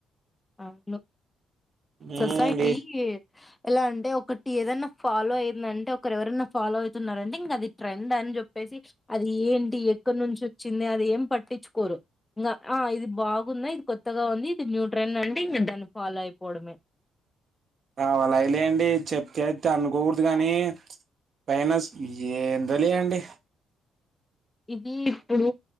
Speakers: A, on the left; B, on the right.
A: అవును
B: ఉమ్
A: సొసైటీ.
B: ఏ
A: ఎలా అంటే ఒకటి ఏదనా ఫాలో అయిందంటే ఒకరు ఎవరనా ఫాలో అవుతున్నారంటే ఇంగా అది ట్రెండ్ అని జేప్పేసి, అది ఏంటి ఎక్కడి నుంచి ఓచ్చింది అది ఏం పట్టించుకోరు. ఇంగా ఆ ఇది బాగుందా, ఇది కొత్తగా ఉంది, ఇది న్యూ. ట్రెండ్ అండి, ఇంగా దాన్ని ఫాలో అయిపోవడమే.
B: అవాలై లేండి చెప్తే ఐతే అనుకోకూడదు కాని, పైనస్ ఏందో లేండి.
A: ఇది ఇప్పుడు.